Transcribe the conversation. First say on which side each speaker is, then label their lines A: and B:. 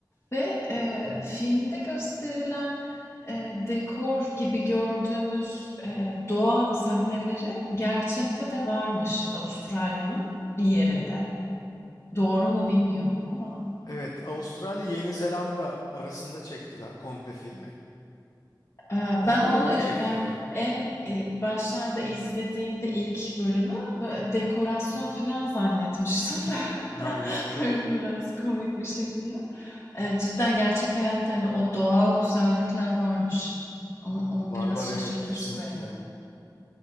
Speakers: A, on the left; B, on the left.
A: ve e, filmde gösterilen e, dekor gibi gördüğümüz e, doğa sahneleri gerçekte de varmış Avustralya'nın bir yerinde. Doğru mu bilmiyorum ama.
B: evet Avustralya Yeni Zelanda arasında çektiler komple filmi.
A: Eee, ben
B: Komple
A: onu,
B: orada
A: eee,
B: çektiler.
A: yani en, eee, başlarda izlediğimde ilk bölümü bö dekorasyon filan zannetmiştim. <laughs>
B: Ha yok yok.
A: biraz komik bir şekilde. Eee, cidden gerçek hayatta, hani, o doğal güzellikler varmış. onu o
B: Var
A: biraz
B: var evet
A: şaşırtmıştı
B: kesinlikle.
A: beni.